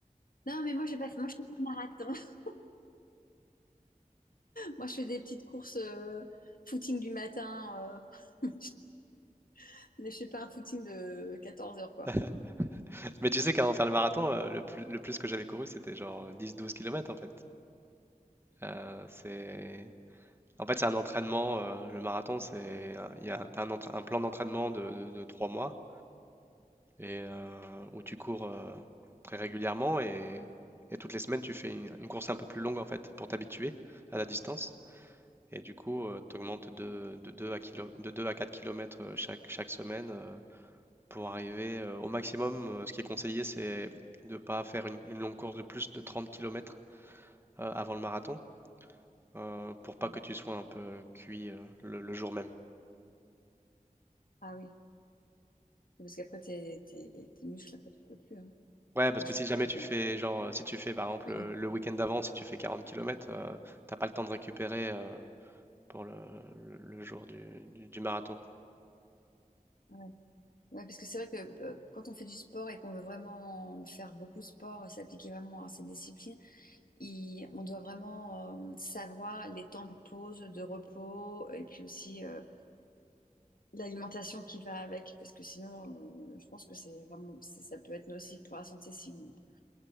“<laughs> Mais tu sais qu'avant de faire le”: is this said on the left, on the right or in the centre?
Right